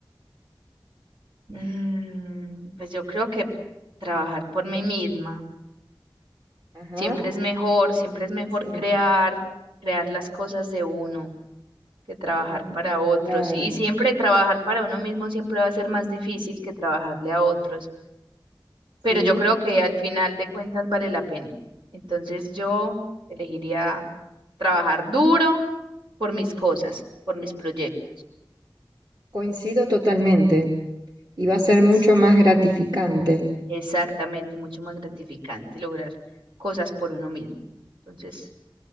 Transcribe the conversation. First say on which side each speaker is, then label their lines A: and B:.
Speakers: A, on the right; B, on the right.
A: Mm, pues yo creo que trabajar por mí misma
B: Ajá,
A: siempre es mejor, siempre es mejor
B: sí,
A: crear, crear las cosas de uno que trabajar
B: total,
A: para otros.
B: claro,
A: Y, y siempre trabajar para uno mismo siempre va a ser más difícil que trabajarle a otros.
B: sí,
A: pero yo creo que al final de cuentas vale la pena. Entonces yo elegiría trabajar duro por mis cosas, por mis proyectos.
B: coincido totalmente. Y va a ser mucho
A: Sí,
B: más gratificante.
A: Exactamente, mucho más gratificante lograr cosas por uno mismo. Entonces,